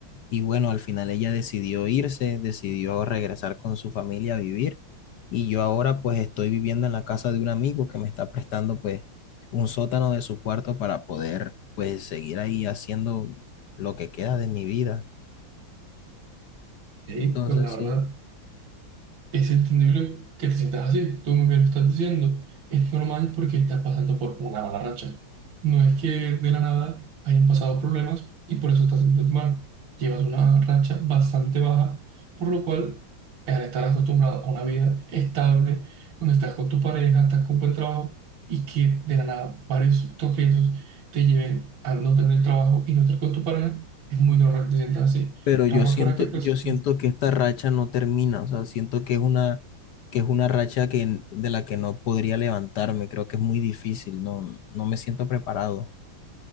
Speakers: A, on the left; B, on the right.
A: y bueno, al final ella decidió irse, decidió regresar con su familia a vivir. Y yo ahora pues estoy viviendo en la casa de un amigo que me está prestando pues un sótano de su cuarto para poder pues seguir ahí haciendo lo que queda de mi vida.
B: Ok,
A: Entonces
B: pues la verdad.
A: sí,
B: Es entendible que te sientas así, tú muy bien lo estás diciendo, es normal porque estás pasando por una mala racha. No es que de la nada hayan pasado problemas y por eso estás sintiéndote mal. Llevas una racha bastante baja, por lo cual, al estar acostumbrado a una vida estable, donde estás con tu pareja, estás con buen trabajo y que de la nada varios tropiezos te lleven a no tener trabajo y no estar con tu pareja, es muy normal que te sientas así.
A: pero
B: Raro
A: yo siento,
B: fuera que pues
A: yo siento que esta racha no termina, o sea, siento que es una, que es una racha que, de la que no podría levantarme, creo que es muy difícil, no, no me siento preparado.